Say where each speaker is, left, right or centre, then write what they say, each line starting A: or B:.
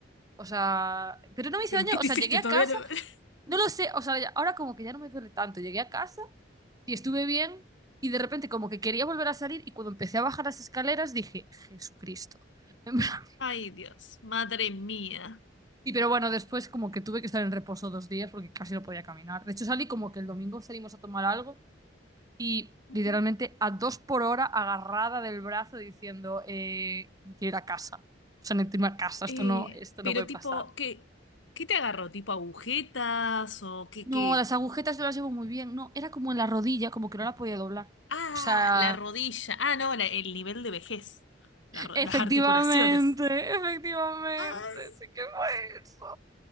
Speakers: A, on the right; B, on the left.
A: O sea, pero no me hice
B: ¿Pero
A: daño,
B: qué te
A: o sea,
B: hiciste?
A: llegué a
B: Todavía
A: casa,
B: no. <laughs>
A: no lo sé, o sea, ya- ahora como que ya no me duele tanto, llegué a casa. y estuve bien y de repente como que quería volver a salir y cuando empecé a bajar las escaleras dije, Jesucristo. <laughs>
B: Ay, Dios, madre mía.
A: Y pero bueno, después como que tuve que estar en reposo dos días porque casi no podía caminar. De hecho salí como que el domingo salimos a tomar algo y
B: Ujú.
A: literalmente a dos por hora agarrada del brazo diciendo, eh, me quiero ir a casa. O sea, necesito irme a casa, esto
B: Eh,
A: no, esto
B: pero
A: no puede pasar.
B: tipo, ¿qué, qué te agarró? ¿Tipo agujetas o qué,
A: No,
B: qué?
A: las agujetas no las llevo muy bien. No, era como en la rodilla, como que no la podía doblar.
B: Ah,
A: O sea,
B: la rodilla. Ah, no, la- el nivel de vejez. La ro-
A: Efectivamente,
B: las articulaciones.
A: efectivamente,
B: Ay.
A: sí que fue eso.